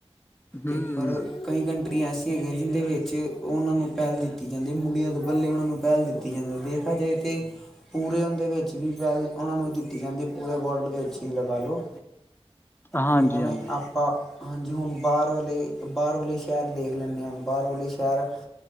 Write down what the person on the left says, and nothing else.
ਹੂੰ
ਹਾਂਜੀ
ਹਾਂਜੀ